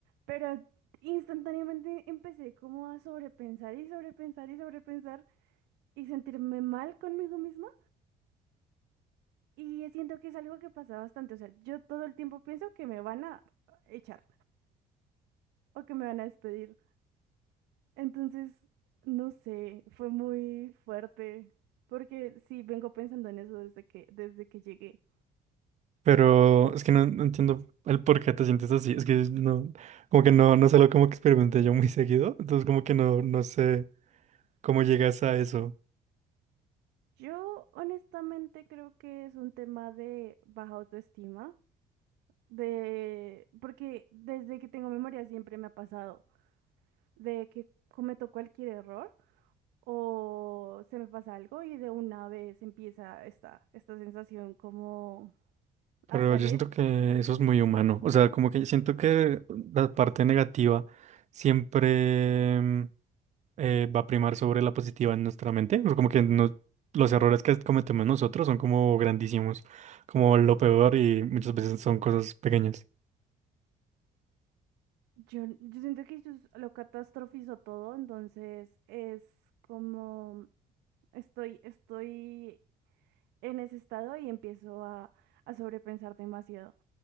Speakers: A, on the right (about 90°); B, on the right (about 45°).
A: pero instantáneamente empecé como a sobrepensar y sobrepensar y sobrepensar y sentirme mal conmigo misma. Y siento que es algo que pasa bastante. O sea, yo todo el tiempo pienso que me van a echar o que me van a despedir. Entonces, no sé, fue muy fuerte. Porque sí, vengo pensando en eso desde que, desde que llegué.
B: Pero es que no, no entiendo el por qué te sientes así. Es que no, como que no, no solo como que experimenté yo muy seguido. Entonces como que no, no sé cómo llegas a eso.
A: Yo honestamente creo que es un tema de baja autoestima. De... Porque desde que tengo memoria siempre me ha pasado de que cometo cualquier error. o se me pasa algo y de una vez empieza esta, esta sensación como
B: Pero
A: a salir.
B: yo siento que eso es muy humano. O sea, como que siento que la parte negativa siempre... eh, va a primar sobre la positiva en nuestra mente. O sea, como que no- los errores que cometemos nosotros son como grandísimos, como lo peor y muchas veces son cosas pequeñas.
A: Yo, yo siento que yo s- lo catastrofizo todo, entonces es como estoy, estoy en ese estado y empiezo a, a sobrepensar demasiado.